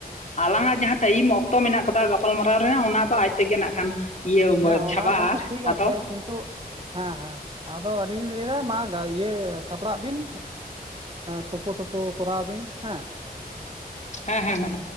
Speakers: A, on the left; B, on the right.
A: ᱟᱞᱟᱝ ᱟᱜ ᱡᱟᱦᱟᱸ ᱴᱟᱭᱤᱢ ᱚᱠᱛᱚ ᱢᱮᱱᱟᱜ ᱠᱟᱫᱟ ᱜᱟᱯᱟᱞᱢᱟᱨᱟᱣ ᱨᱮᱱᱟᱜ ᱚᱱᱟ ᱫᱚ ᱟᱡ ᱛᱮᱜᱮ ᱱᱟᱜ ᱠᱷᱟᱱ ᱤᱭᱟᱹ
B: ᱦᱮᱸ ᱚᱱᱟ
A: ᱪᱷᱟᱵᱟᱜᱼᱟ,
B: ᱜᱚᱝᱠᱮ ᱴᱷᱤᱠ
A: ᱟᱫᱚ
B: ᱟᱪᱷᱮ ᱠᱤᱱᱛᱩ, ᱦᱮᱸ ᱦᱮᱸ, ᱟᱫᱚ ᱟᱹᱞᱤᱧ ᱞᱤᱧ ᱞᱟᱹᱭ <unintelligible> ᱥᱟᱯᱲᱟᱜ ᱵᱤᱱ᱾ ᱛᱩᱯᱩ ᱴᱳᱯᱩ ᱠᱚᱨᱟᱣ ᱵᱤᱱ ᱦᱮᱸ᱾
A: ᱦᱮᱸ ᱦᱮᱸ ᱮᱦᱸ᱾